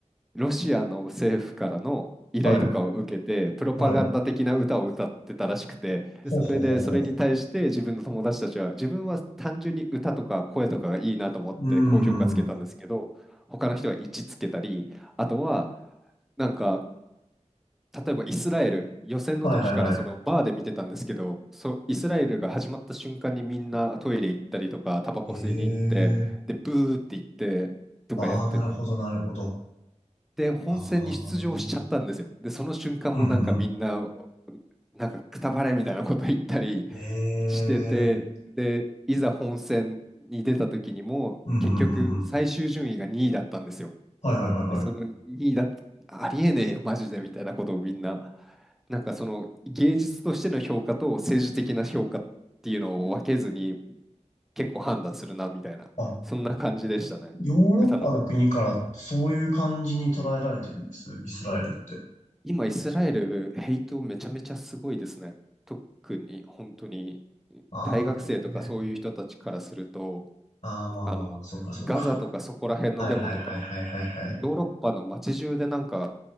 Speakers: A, in the centre; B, on the left.
A: ロシアの政府からの依頼とかを受けて、
B: はい。
A: プロパガンダ的な歌を歌ってたらしくて、
B: はい。
A: で、
B: ほうほうほうほう。
A: それで、それに対して自分の友達たちは、自分は単純に歌とか声とかがいいなと思って高評価つけたんですけど、
B: うーん。
A: 他の人は1つけたり、あとは、なんか、例えばイスラエル、予選の時からそのバーで見てたんですけど、
B: はいはいは
A: そうイスラエルが始まった瞬間にみんなトイレ行ったりとか、タバコ吸いに行って、
B: い。ええ
A: で、ブーって言ってとかやってて、
B: ああ、なるほどなるほど。
A: で、本戦に出場しちゃったんですよ。
B: ああ。
A: で、その瞬間もなんかみんな、
B: うんうんう
A: なんかくたばれみたいなこと言ったり
B: ん。ええ
A: してて、で、いざ本戦に出た時にも、
B: うんうんうんうん。
A: 結局最終順位が2位だったんですよ。
B: はいはいはいはい。
A: で、その2位だ、ありえねえよ、マジでみたいなことをみんな、なんかその芸術としての評価と政治的な評価っていうのを分けずに結構判断するなみたいな、
B: あ、
A: そんな感じでしたね、
B: ヨーロッパの国からそういう感じに捉えられてるんです。
A: 歌の
B: イスラエルって。
A: 今、イスラエル、ヘイトめちゃめちゃすごいですね。特に、本当に、
B: ああ。
A: 大学生とかそういう人たちからすると、
B: ああ、まあまあまあ、
A: あの、
B: そうかそうか。
A: ガザとかそこら辺のデモとか、
B: はいはいはいはいはいはい。
A: もうヨーロッパの街中でなんか